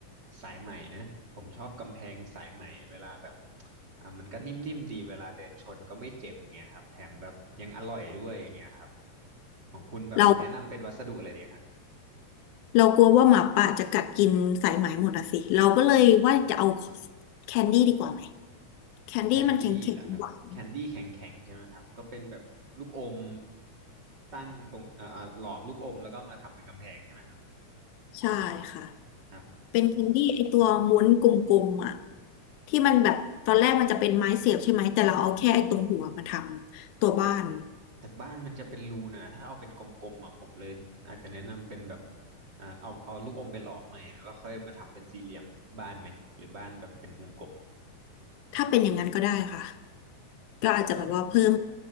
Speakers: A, on the right (about 35°); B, on the left (about 85°).
A: สายไหมนะผมชอบกำแพงสายไหมเวลาแบบอ่ะมันก็นิ่มๆดีเวลาเดินชนก็ไม่เจ็บอย่างเงี้ยครับแถมแบบยังอร่อยด้วยอย่างเงี้ยครับของคุณแบบแนะนำเป็นวัสดุอะไรดีฮะ
B: เราเรากลัวว่าหมาป่าจะกัดกินสายไหมหมดอะสิเราก็เลยว่าจะเอาแคนดี้ดีกว่าไหมแคนดี้มันแข็งๆหวาน
A: แคนดี้เหรอครับแคนดี้แข็งแข็งใช่ไหมครับก็เป็นแบบลูกอมตั้งตรงเอ่อเอ่อหลอมลูกอมแล้วก็มาทำเป็นกำแพงใช่ไหมครับ
B: ใช่ค่ะ
A: ครับ
B: เป็นแคนดี้ไอตัวม้วนกลมๆอ่ะที่มันแบบตอนแรกมันจะเป็นไม้เสียบใช่ไหมแต่เราเอาแค่ไอตรงหัวมาทำตัวบ้าน
A: แต่บ้านมันจะเป็นรูนะถ้าเอาเป็นกลมๆอ่ะผมเลยอาจจะแนะนำเป็นแบบอ่าเอาเอาลูกอมไปหลอมใหม่แล้วก็ค่อยมาทำเป็นสี่เหลี่ยมบ้านไหมหรือบ้านแบบเป็นวงกลม
B: ถ้าเป็นอย่างนั้นก็ได้ค่ะก็อาจจะแบบว่าเพิ่ม
A: ก็